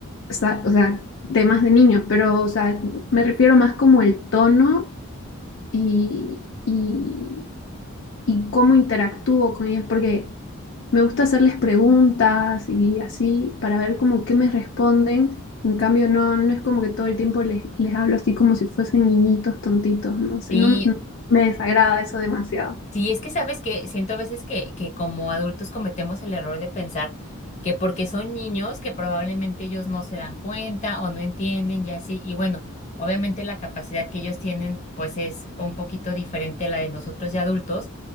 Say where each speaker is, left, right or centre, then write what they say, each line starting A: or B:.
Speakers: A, on the left (about 55°); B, on the left (about 30°).
A: sa- o sea, temas de niños, pero, o sea, me refiero más como el tono y... y y cómo interactúo con ellos, porque me gusta hacerles preguntas y así para ver como qué me responden. En cambio, no, no es como que todo el tiempo les, les hablo así como si fuesen niñitos tontitos, no sé,
B: Sí,
A: no, no- me desagrada eso demasiado.
B: Sí, es que sabes que siento a veces que, que como adultos cometemos el error de pensar que porque son niños que probablemente ellos no se dan cuenta o no entienden y así. Y bueno, obviamente la capacidad que ellos tienen pues es un poquito diferente a la de nosotros de adultos,